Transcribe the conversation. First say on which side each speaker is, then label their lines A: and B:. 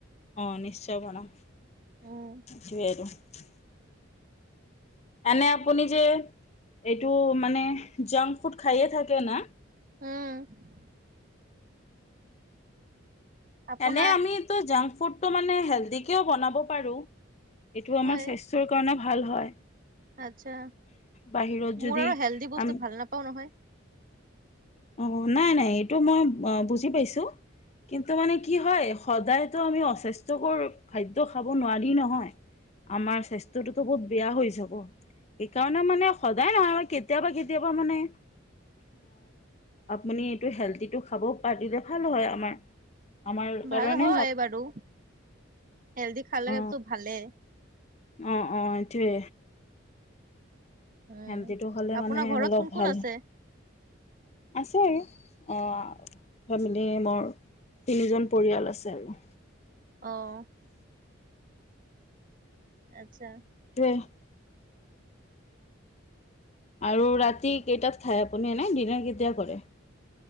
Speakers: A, on the left; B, on the right.
A: অ, নিশ্চয় বনাম।
B: উম।
A: সেইটোৱে <inaudible> এনে আপুনি যে এইটো মানে জাংক ফুড খাইে থাকে না?
B: উম আপোনাক
A: এনে আমিতিতো যাম ফুডটো মানে হেলডিকেও বনাব পাৰোঁ এইটো
B: হয়
A: আমাৰ স্বাস্থ্যৰ কাৰণে ভাল হয়।
B: আচ্ছা
A: বাহিৰত যদি
B: মোৰ আৰু হেল্দি বস্তু
A: আমি
B: ভাল নাপাও নহয়।
A: অ নাই নাই এইটো মই বুজি পাইছো কিন্তু মানে কি হয় সদায়তো আমি অস্বাস্থ্যকৰ খাদ্য খাব নোৱাৰি নহয়। আমাৰ স্বাস্থ্যটোতো বহুত বেয়া হৈ যাব। সেইকাৰণে মানে সদায় নহয় আৰু কেতিয়াবা কেতিয়াবা মানে আপুনি এইটো হেলডিটো খাব পাৰিলে ভাল হয় আমাৰ আমাৰ কাৰণে
B: ভাল হয় বাৰু হেল্দি খালেটো
A: অ
B: ভালেই
A: অ, অ এটোৱে
B: উম।
A: শেমটিটো খালে
B: আপোনাৰ
A: মানে
B: ঘৰত
A: অলপ
B: কোন কোন
A: ভাল
B: আছে
A: আছে আৰু ফেমিলি মোৰ তিনিজন পৰিয়াল আছে আৰু
B: আহ আত্ছা
A: এক <unintelligible> আৰু ৰাতি কেইটাত খাই আপুনি এনোই ডিনাৰ কেতিয়া কৰে